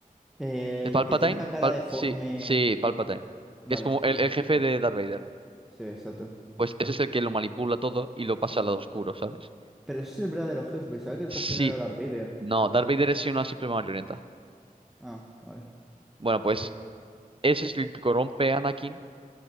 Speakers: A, in the centre; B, on the right.
A: Eh,
B: ¿El Palpatine?
A: el que tiene la cara
B: Pal-
A: deforme.
B: sí, sí, Palpatine.
A: Vale,
B: Que es como
A: sí.
B: el, el jefe
A: Sí,
B: de Darth Vader.
A: sí, exacto.
B: Pues ese es el que lo manipula todo y lo pasa al lado oscuro, ¿sabes?
A: Pero ese es el verdadero jefe. Pensaba que el
B: Sí.
A: jefe no era Darth Vader,
B: No,
A: como tal.
B: Darth Vader es una simple marioneta.
A: Ah, vale.
B: Bueno, pues ese es el que corrompe a Anakin.